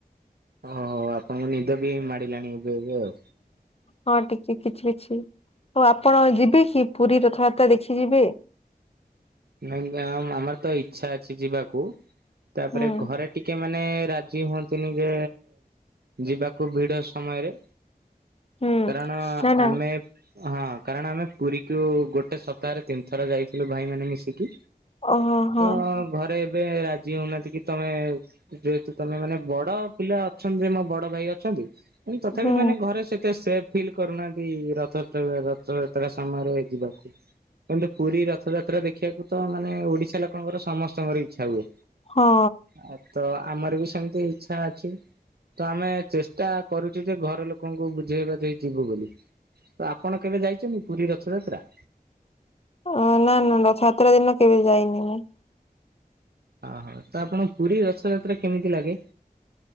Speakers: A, on the right; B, on the left.
A: ଓହୋ ଆପଣଙ୍କ ନିଦ ବି ମାଡ଼ିଲାଣି ଏବେ ଏବେ ଆଉ।
B: ହଁ ଟିକେ କିଛି କିଛି ଆଉ ଆପଣ ଯିବେ କି ପୁରୀ ରଥଯାତ୍ରା ଦେଖି ଯିବେ।
A: <inaudible> ନାଇଁ ତ ଆମର ତ ଇଚ୍ଛା ଅଛି ଯିବାକୁ ତାପରେ
B: ହୁଁ
A: ଘରେ ଟିକେ ମାନେ ରାଜି ହୁଅନ୍ତିନି ଯେ ଯିବାକୁ ଭିଡ ସମୟରେ
B: ହୁଁ।
A: କାରଣ
B: ନା ନା
A: ଆମେ ହଁ କାରଣ ଆମେ ପୁରୀକୁ ଗୋଟେ ସ ସପ୍ତାହରେ ତିନି ଥର ଯାଇଥିଲୁ ଭାଇମାନେେ ମିଶିକି
B: ଓହୋ ହଁ
A: ତ ଘରେ ଏବେ ରାଜି ହଉନାହାନ୍ତି କି ତମେ ଯେହେତୁ ତମେ ମାନେ ବଡ ପିଲା ଅଛନ୍ତି ଯେ ମୋ ବଡ ଭାଇ ଅଛନ୍ତି। ଲୁ ତଥାପି
B: ହୁଁ
A: ମାନେ ଘରେ ସେତେ ସେଟ୍ ଫିଲ୍ କରୁନାହାନ୍ତି ରଥଯାତା ରଥଯାତ୍ରା ସମୟରେ ଯିବାକୁ କିନ୍ତୁ ପୁରୀ ରଥଯାତ୍ରା ଦେଖ ଏଖିବାକୁ ତ ମାନେ ଓଡିଶା ଲୋକଙ୍କର ସମସ୍ତଙ୍କର ଇଚ୍ଛା ହୁଏ।
B: ହଁ।
A: ଆ ତ ଆମର ବି ସେମତି ଇଚଛା ଅଛି। ତ ଆମେ ଚେଷ୍ଟା କରୁଚୁ ଯେ ଘର ଲୋକଙ୍କୁ ବୁଝେଇବା ଯାଇ ଯିବୁ ବୋଲି। ତ ଆପଣ କେବେ ଯାଇଚନ୍ତି ପୁରୀ ରଥଯାତ୍ରା?
B: ଅ ନା ନା ନା ଛାତ୍ରା ଦିନ କେବେ ଯାଇନି ମୁଁ।
A: ହଁ ହଁ ତ ଆପଣଙ୍କୁ ପୁରୀ ରଥଯାତ୍ରା କେମିତି ଲାଗେ?